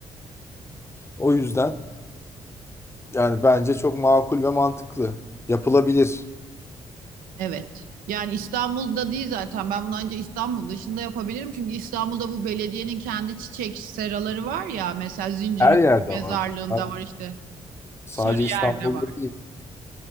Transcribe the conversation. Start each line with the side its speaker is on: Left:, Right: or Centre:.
Left: o yüzden yani bence çok makul ve mantıklı. Yapılabilir.
Right: Evet. Yani İstanbul'da değil zaten. Ben bunu ancak İstanbul dışında yapabilirim. Çünkü İstanbul'da bu belediyenin kendi çiçek seraları var ya. Mesela Zincirlikuyu
Left: Her yerde var.
Right: Mezarlığı'nda
Left: Abi
Right: var işte.
Left: Sadece
Right: Sarıyer'de
Left: İstanbul'da
Right: var.
Left: değil.